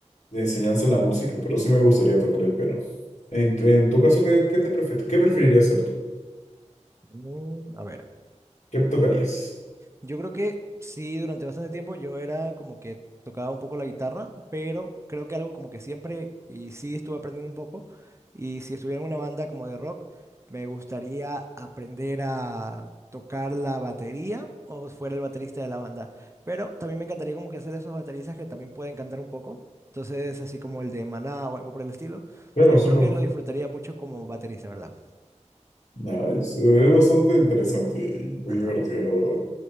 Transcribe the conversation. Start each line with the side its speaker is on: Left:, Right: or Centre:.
Left: de enseñanza en la música, pero sí me gustaría tocar el piano. En, tu en tu caso, ¿qué, qué te prefer- qué preferirías hacer tú?
Right: Mm, a ver.
Left: ¿Qué tocarías?
Right: Yo creo que sí, durante bastante tiempo yo era como que tocaba un poco la guitarra, pero creo que algo como que siempre, y sí estuve aprendiendo un poco, y si estuviera en una banda como de rock, me gustaría aprender a tocar la batería o fuera el baterista de la banda. Pero también me encantaría como que hacer esos bateristas que también pueden cantar un poco. Entonces, así como el de Maná o algo por el estilo.
Left: Claro,
Right: Entonces,
Left: solo.
Right: yo creo que lo disfrutaría mucho como baterista, ¿verdad?
Left: Nada, es, es bastante interesante y muy
Right: Ajá.
Left: divertido, la verdad.